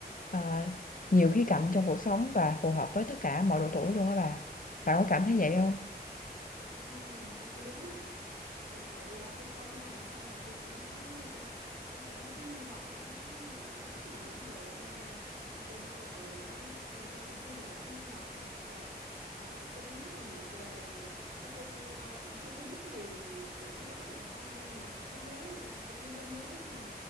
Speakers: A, on the left; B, on the right.
A: à, nhiều khía cạnh trong cuộc sống và phù hợp với tất cả mọi độ tuổi luôn á bà bà có cảm thấy vậy không
B: ừ, tôi thấy đúng á thực sự ờ, tôi coi phim này xong rồi tôi cảm thấy ờ, tôi cảm thấy cái nhân vật đó tôi thấy rất là ngưỡng mộ nha nói chung á là nó nó người ta cũng xây dựng một cái nhân vật một ờ, ờ, cô bé rất là vụng về nè nói chung ờ, cũng chưa có biết gì cũng rất là hoang mang về thế giới ờ, cái thế giới mới khi mà